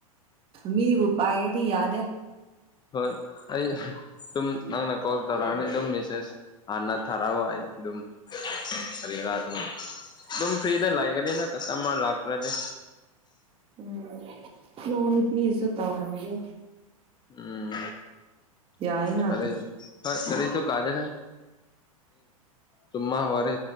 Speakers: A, on the right; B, on the left.
A: ꯃꯤꯕꯨ ꯄꯑꯗꯤ ꯌꯥꯗ ꯑꯦ
B: ꯍꯣꯏ ꯑꯩ ꯑꯗꯨꯝ ꯅꯪꯅ ꯀꯣꯜ ꯇꯧꯔꯛꯑꯅꯤ ꯑꯗꯨꯝ ꯃꯦꯁꯦꯖ ꯍꯥꯟꯅ ꯊꯥꯔꯛꯑꯣ ꯑꯩ ꯑꯗꯨꯝ ꯁꯔꯤꯔꯥ ꯑꯗꯨꯝ ꯑꯗꯨꯝ ꯐ꯭ꯔꯤ ꯊ ꯂꯥꯛꯒꯅꯤꯅꯦ ꯀꯁꯝ ꯂꯥꯛꯇ꯭ꯔꯖꯦ
A: ꯎꯝ ꯅ ꯅꯨꯨꯄꯤꯤꯁꯨ ꯇ ꯋꯥ ꯍꯥꯏꯒ
B: ꯎꯝ
A: ꯌꯥꯏꯅ
B: ꯐꯔꯦ ꯍꯣꯏ ꯈꯔꯤꯁꯨ ꯀꯥꯗ ꯆꯨꯃ ꯍꯋꯥꯔꯦ